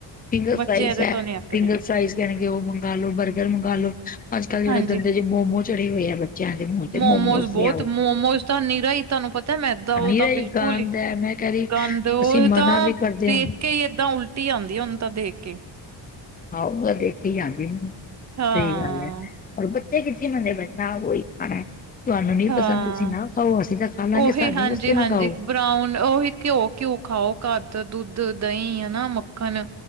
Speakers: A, on the left (about 20°); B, on the right (about 35°).
A: ਫਿੰਗਰ
B: ਬੱਚੇ
A: ਫਰਾਈਜ਼
B: ਇਹਦੇ
A: ਹੈ,
B: ਤੋਂ ਨੀ ਅੱਕਦੇ
A: ਫਿੰਗਰ ਫਰਾਈਜ਼ ਕਹਿਗੇ ਉਹ ਮੰਗਾਲੋ, ਬਰਗਰ ਮੰਗਾਲੋ, ਅੱਜ- ਕੱਲ੍ਹ ਜਿਹੜੇ
B: ਹਾਂਜੀ
A: ਗੰਦੇ ਜੇ ਮੋਮੋ ਚੜੇ ਹੋਏ ਆ ਬੱਚਿਆਂ ਦੇ ਮੂੰਹ ਤੇ,
B: ਮੋਮੋਸ
A: ਮੋਮੋ ਲਿਆਓ
B: ਬਹੁਤ
A: ਹ
B: ਮੋਮੋਸ ਤਾਂ ਨਿਰਾ ਹੀ ਤੁਹਾਨੂੰ ਪਤਾ ਮੈਦਾ ਉਹ
A: ਨਿਰਾ
B: ਤਾਂ
A: ਹੀ
B: ਬਿਲਕੁਲ
A: ਗੰਦ ਹੈ, ਮੈਂ ਕਹਿ ਰੀ
B: ਗੰਦ ਉਹ
A: ਅਸੀਂ ਮਨਾ
B: ਤਾਂ
A: ਵੀ ਕਰਦੇ
B: ਦੇਖ
A: ਹਾਂ
B: ਕੇ ਏਦਾਂ ਉਲਟੀ ਆਉਂਦੀ ਹੈ ਹੁਣ ਤਾਂ ਦੇਖ ਕੇ
A: ਆਹੋ ਤਾਂ ਦੇਖੀ ਜਾਂਦੀ ਹੈ ਮੈਨੂੰ,
B: ਹਾਂ
A: ਸਹੀ ਗੱਲ ਹੈ। <unintelligible> ਪਰ ਬੱਚੇ ਕਿੱਥੇ ਮੰਨਦੇ ਓਹੀ ਖਾਣਾ <unintelligible> ਤੁਹਾਨੂੰ ਨੀ
B: ਹਾਂ
A: ਪਸੰਦ ਤੁਸੀਂ ਨਾ ਖਾਓ, ਅਸੀਂ ਤਾਂ ਖਾ ਲਾਂਗੇ
B: ਉਹੀ
A: ਸਾਡੇ
B: ਹਾਂਜੀ
A: ਵਾਸਤੇ
B: ਹਾਂਜੀ
A: ਮੰਗਾਓ।
B: ਬਰਾਊਨ, ਉਹੀ ਘਿਓ- ਘਿਓ ਖਾਓ। ਘਰ ਦਾ ਦੁੱਧ, ਦਹੀਂ ਹਨਾ ਮੱਖਣ